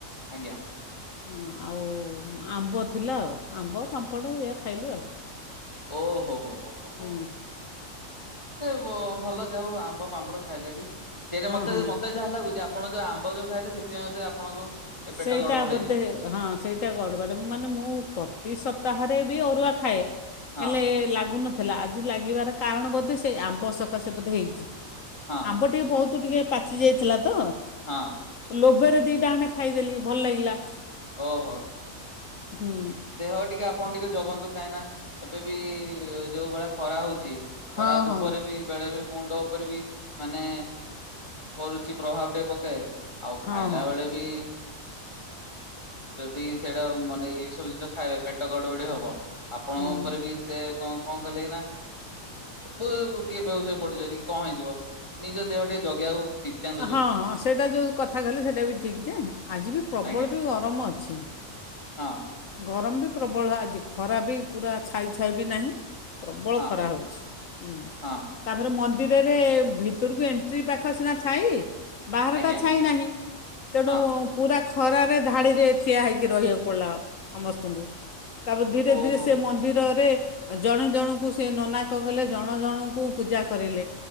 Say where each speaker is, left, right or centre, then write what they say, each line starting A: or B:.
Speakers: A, on the left (about 20°); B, on the left (about 70°).
A: ଆଜ୍ଞା।
B: ହଁ ଆଉ ଆମ୍ବ ଥିଲା ଆଉ ଆମ୍ବ ପାମ୍ପଡ଼ ଏୟା ଖାଇଲି ଆଉ।
A: ଓହୋ ହୋ ହୋ। ହୋ
B: ହୁଁ।
A: ହୋ ସେ ଭ ଭଲ ଯାହା ହୋଉ ଆମ୍ବ ପାମ୍ପଡ ଖାଇଲେ ବି। ସେଇଡ଼ା
B: ହଁ
A: ମତେ
B: ହଁ
A: ମତେ ଯାହା ଲାଗୁଚି ଆପଣ ଯୋଉ ଆମ୍ବ ଯୋଉ ଖାଇଲେ ସେଥିପାଇଁ ବୋଧେ ଆପଣଙ୍କୁ ଏ ପେଟ
B: ସେଇଟା
A: ଗଡ ବଡ
B: ବୋଧେ
A: ହେଇ ଯା
B: ହଁ ସେଇଟା ଗଡ଼ବଡ଼ ମାନେ ମୁଁ ପ୍ରତି ସପ୍ତାହରେ ବି ଅରୁଆ ଖାଏ।
A: ହଁ
B: ହେଲେ ଲାଗୁନଥିଲା। ଆଜି ଲାଗିବାର କାରଣ ବୋଧେ ସେ ଆମ୍ବ ସକାଶେ ବୋଧେ ହେଇଛି।
A: ହଁ।
B: ଆମ୍ପ ଟିକେ ବୋହୁତ ଟିକେ ପାଚି ଯାଇଥିଲା ତ।
A: ହଁ।
B: ଲୋଭେରେ ଦିଟା ଖଣ୍ଡେ ଖାଇଦେଲି ଭଲ ଲାଗିଲା।
A: ଓହୋ
B: ହୁଁ
A: ଦେହ ଟିକେ ଆ ପଣ ଟିକେ ଜଗନ୍ତୁ କାହିଁକିନା ଏବେ ବି ଯୋଉ ଭଳିଆ ଖରା ହୋଉଚି
B: ହଁ
A: ଖରା ଦୂପରେ
B: ହଁ
A: ବି ବେଳେ ବି ମୁଣ୍ଡ ଉପରେ ବି ମାନେ କରୁଛି ପ୍ରଭାବ ଟିକେ ପକାଏ। ଆଉ
B: ହଁ
A: ଖାଇଲା
B: ହଁ।
A: ବେଳେ ବି ଯଦି ସେଟା ମାନେ ଏଇ ସବୁ ଜିନିଷ ଖାଇବେ ପେଟ ଗଡ ବଡି ହବ। ଆପଣଙ୍କ
B: ହୁଁ
A: ଉପରେ ବି ସେ କଁ କଁ କଲେ ନା ଉଁ <unintelligible> ଟିକେ ବେହୋସ୍ ହେଇ ପଡିଯିବେ କି କଁ ହେଇଯିବ। ନିଜ ଦେହ ଟିକେ ଜଗିବାକୁ ନିତ୍ୟାନ୍ତ ଜରୁରୀ
B: ହଁ ହଁ ସେଟା ଯେଉଁ କଥା କହିଲ ସେଟା ବି ଠିକ୍ ଯେ ଆଜି ବି ପ୍ରବଳ
A: ଆଜ୍ଞା
B: ବି ଗରମ ଅଛି।
A: ହଁ।
B: ଗରମ ବି ପ୍ରବଳ ଆଜି ଖରା ବି ପୁରା ଛାଇ ଛାଇ ବି ନାହିଁ। ପ୍ରବଳ
A: ହଁ
B: ଖରା ହୋଉଛି
A: ହଁ
B: ତାପରେ ମନ୍ଦିର ରେ ଭିତୁରୁକୁ ଏଣ୍ଟ୍ରି ପାଖ ସିନା ଛାଇ। ବାହାରଟା
A: ଆଜ୍ଞା
B: ଛାଇ ନାହିଁ <unintelligible>
A: ହଁ
B: ପୁରା ଖରାରେ ଧାଡ଼ିରେ ଠିଆ ହେଇକି ରହିବାକୁ ପଡ଼ିଲା। ସମସ୍ତଙ୍କୁ ତାପରେ ଧୀରେ
A: ଓହୋ
B: ଧୀରେ ସିଏ ମନ ନ୍ଦିରରେ ଜଣେ ଜଣଙ୍କୁ ସେ ନନା କଁ କଲେ ଜଣ ଜଣଙ୍କୁ ପୂଜା କରେଇଲେ।